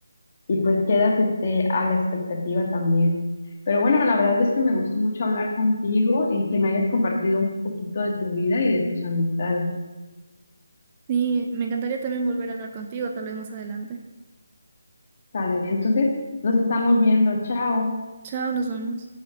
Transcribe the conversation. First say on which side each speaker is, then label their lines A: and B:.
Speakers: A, on the left; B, on the right.
A: y pues quedas este, a la expectativa también. Pero bueno, la verdad es que me gustó mucho hablar contigo y que me hayas compartido un poquito de tu vida y de tus amistades.
B: Sí, me encantaría también volver a hablar contigo, tal vez más adelante.
A: Sale, entonces nos estamos viendo. Chao.
B: Chao, nos vemos.